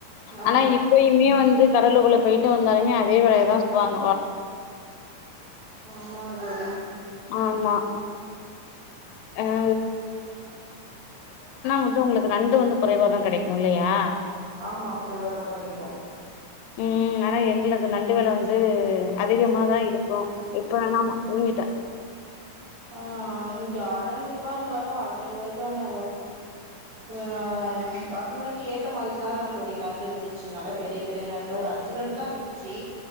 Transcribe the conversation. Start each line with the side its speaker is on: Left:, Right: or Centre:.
Right: ஆ
Left: ஆனா இப்பயுமே வந்து கடலுக்குள்ள போயிட்டு வந்தாலுமே அதே வேலை தான்சொல்லவாங்க
Right: ஆஹ் ஆமாதோழி
Left: ஆமா <unintelligible> னா வந்து உங்களுக்கு நண்டு வந்து குறைவாதான் கெடைக்கும் இல்லையா
Right: ஆமா குறைவாதான் கிடைக்கும்
Left: ம் ஆனா எங்களுக்கு நண்டு வேல வந்து அதிகமாதான்
Right: ம்
Left: இருக்கும் இப்ப வேணாம் தூங்கிட்டேன்
Right: ஆஹ் இன்னைக்கு ஆறநூறு ரூபா இருந்தா <unintelligible> அறுநூறுவாய்க்கான ஆஹ் அறுநூறுவாக்கி ஏத்த மாதிரி தான் தோழி நண்டு இருந்துச்சு நல்லா பெரிய பெரிய நண்டு ஒரு அஞ்சு நண்டு தான் இருந்துச்சு